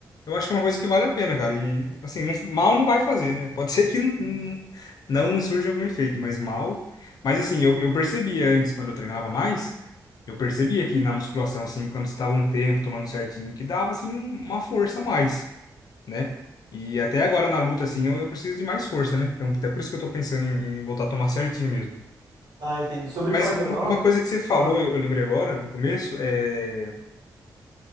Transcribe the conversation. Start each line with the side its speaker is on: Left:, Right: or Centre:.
Left: eu acho que é uma coisa que vale a pena, cara. E, assim, não- mal não vai fazer, né? Pode <laughs> ser que não, não, não surja algum efeito, mas mal. Mas, assim, eu, eu percebia antes, quando eu treinava mais. Eu percebia que na musculação, assim, quando você estava um tempo tomando certinho, que dava, assim, uma força a mais né? E até agora na luta, assim, eu, eu preciso de mais força, né? Então, até por isso que eu tô pensando em, em voltar a tomar certinho mesmo.
Right: Ah, entendi. Sobre
Left: Mas
Right: fazer mal?
Left: uma, uma coisa que você falou,
Right: Ah,
Left: eu, eu lembrei agora, no começo, é...